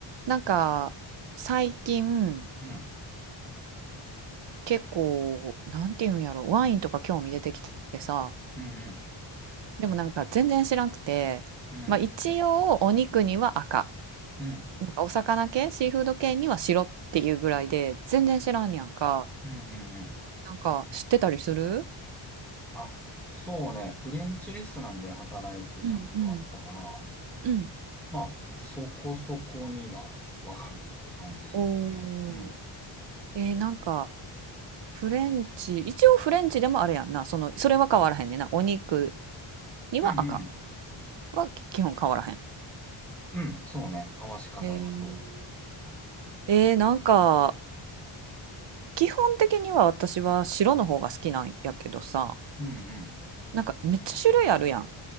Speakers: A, on the right (about 60°); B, in the centre.
A: なんか最近
B: うん、
A: 結構なんていうんやろワインとか興味出てきてさ
B: うん、
A: でもなんか全然知らなくて、
B: うん、うん、
A: まあ、一応お肉には赤
B: うん、
A: なんかお魚系シーフード系には白っていうぐらいで全然知らんやんか
B: うん、うん、うん。
A: なんか知ってたりする
B: あ、そうね。フレンチレストランで働いてたことあったから、
A: うんうんうん
B: まあ、そこそこにはわかるって感じかな。
A: お
B: うん、
A: ーえーなんかフレンチ一応フレンチでもあれやんなそのそれは変わらへんねんなお肉には赤
B: うん、うん、
A: は基本変わらへん
B: うん、そうね。合わし方はそ
A: へーえーなんか基本的には私は白の方が好きなんやけどさ、
B: う。うん、うん。
A: なんかめっちゃ種類あるやん。